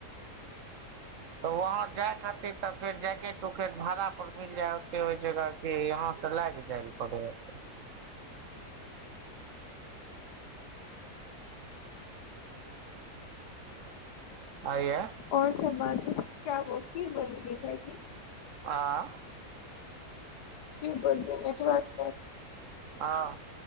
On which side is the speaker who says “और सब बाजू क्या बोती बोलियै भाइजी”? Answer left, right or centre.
Left